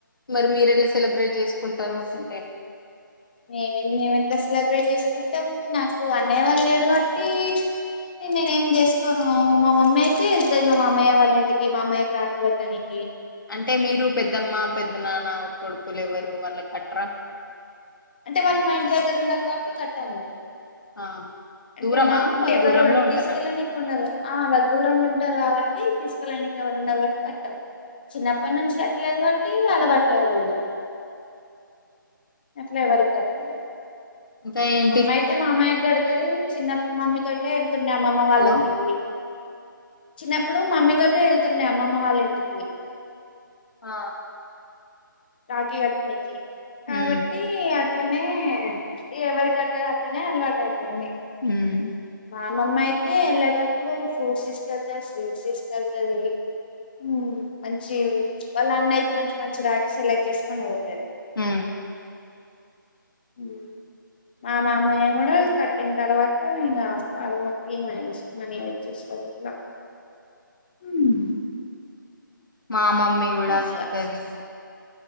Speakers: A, on the left; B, on the left.
A: మరి మీరు ఎట్లా సెలబ్రేట్ చేసుకుంటారు అంటే
B: మేమి మేమి ఎట్లా సెలబ్రేట్ చేసుకుంటాం నాకు అన్నయ్య వాళ్ళు లేరు కాబట్టి నేనేం తెచ్ మా అమ్మయితే వెళ్తుంది మామయ్య వాళ్ళ ఇంటికి మామ్మయ్యకి రాఖి కట్టనికి
A: అంటే మీరు పెద్దమ్మ పెద్ద నాన్న కొడుకులు ఎవ్వరు వాళ్ళకు కట్రా
B: అంటే వాళ్ళు మా ఇంటి దగ్గర ఉండరు కాబట్టి కట్టము
A: ఆ
B: అంటే
A: దూరమా
B: మా అంటే
A: వాళ్ళు
B: ఎవరు
A: దూరంలో ఉంటారా
B: తీసుకెళ్ళనికు ఉండరు ఆ వాళ్ళు దూరంగా ఉంటారు కాబట్టి తీసుకెళ్ళడానికి ఎవరు ఉండరు కాబట్టి కట్టం చిన్నప్పటి నుంచి కట్టలేదు కాబట్టి అలవట్లేదు ఇక అట్లా ఎవరి కట్ట లేదా
A: ఇంకా ఏంటి
B: మమ్మీయితే మామయ్య గడుతది చిన్నప్పుడు మమ్మీ తోటే వెళ్తుండే అమ్మమ్మ వాళ్ళ
A: హలో
B: ఇంటికి చిన్నప్పుడు మమ్మీ తోనే వెళ్తుండే అమ్మమ్మ వాళ్ళ ఇంటికి
A: ఆ
B: రాకీ గట్నేకి కాబట్టి
A: ఉమ్
B: అట్లనే ఎవరికి కట్టరు అట్లనే అలవాటు అయిపోయింది
A: ఉమ్
B: మా అమ్మమ్మ అయితే ఎళ్ళేటప్పుడూ ఫ్రూట్స్ తీసుకెళ్తద్ స్వీట్స్ తీసుకెళ్తదీ. ఊ మంచీ వాళ్ళ అన్నయ్యకి మంచి మంచి రాఖి సెలెక్ట్ చేసుకొని పో
A: ఊ
B: ఊ మా మామయ్య కూడా కట్టిన్ తర్వాతా ఇంగా కాళ్ళ మొక్కీ మనీ తీస్ మనీ ఇచ్చేస్. తడు అట్లా ఉమ్,
A: మా మమ్మీ గూడా
B: ఏమో
A: <inaudible> స్తదీ
B: ఇగ